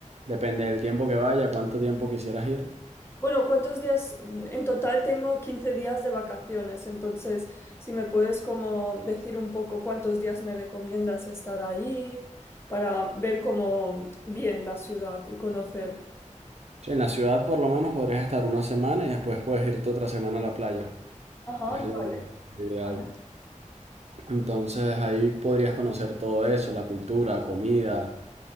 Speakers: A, on the right (about 55°); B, on the left (about 20°).
A: Depende del tiempo que vaya, cuánto tiempo quisieras ir.
B: Bueno, ¿cuántos días? En total tengo 15 días de vacaciones, entonces si me puedes como decir un poco cuántos días me recomiendas estar ahí para ver como bien la ciudad y conocer.
A: Sí, en la ciudad por lo menos podrías estar una semana y después puedes irte otra semana a la playa.
B: Ajá,
A: Es lo
B: vale.
A: lo ideal.
B: Vale.
A: Entonces ahí podrías conocer todo eso, la cultura, comida,